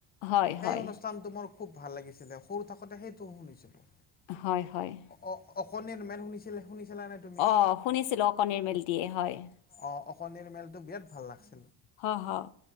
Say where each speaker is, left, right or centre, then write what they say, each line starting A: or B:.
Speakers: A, on the left (about 70°); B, on the left (about 20°).
A: হয়'-হয়'।
B: সেই অনুষ্ঠানটো মোৰ খুব ভাল লাগিছিলে সৰু থাকোতে সেইটোও শুনিছিলোঁ।
A: হয়'-হয়'।
B: অ অকণিৰ মেল শুনিছিলে? শুনিছিলানে তুমি
A: অ', শুনিছিলোঁ কণীৰ মিলটিয়ে, হয়।
B: অ অকণিৰ মেলটো বিৰাট ভাল লাগছে।
A: হয়'-হয়',